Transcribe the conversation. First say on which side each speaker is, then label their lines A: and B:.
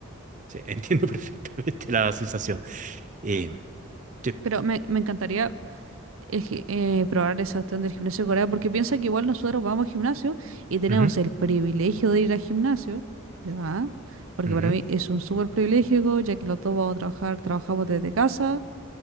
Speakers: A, on the right; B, on the right.
A: sí, <laughs> entiendo perfectamente la sensación. Y, sí,
B: Pero me, me encantaría eje- eh, probar esa opción del gimnasio de Corea, porque piensa que igual nosotros vamos al gimnasio y tenemos
A: ujú,
B: el privilegio de ir al gimnasio, ¿ya? Porque
A: ujú,
B: para mí es un súper privilegio, ya que los dos vamos a trabajar, trabajamos desde casa.